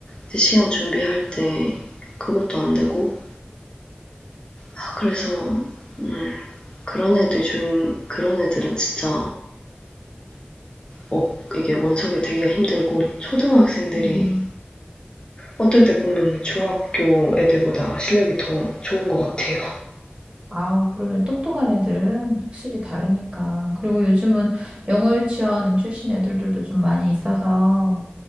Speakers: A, on the left (about 25°); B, on the right (about 30°).
A: 이제 시험 준비할 때 그것도 안 되고 아, 그래서 음, 그런 애들 중 그런 애들은 진짜 업 이게 원석이 되기가 힘들고 초등학생들이
B: 음.
A: 어떨 때 보면 중학교 애들보다 실력이 더 좋은 것 같아요.
B: 아우, 그러면 똑똑한 애들은 확실히 다르니까. 그리고 요즘은 영어 유치원 출신 애들도 좀 많이 있어서